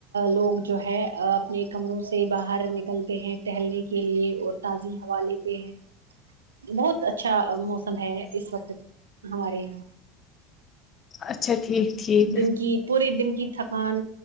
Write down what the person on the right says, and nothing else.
لوگ جو ہے اپنے کمروں سے باہر نکلتے ہیں ٹہلنے کے لیے اور تازی ہوا لیتے ہیں بہت اچھا موسم ہے اس وقت ہمارے یہاں
دن کی پورے دن کی تھکان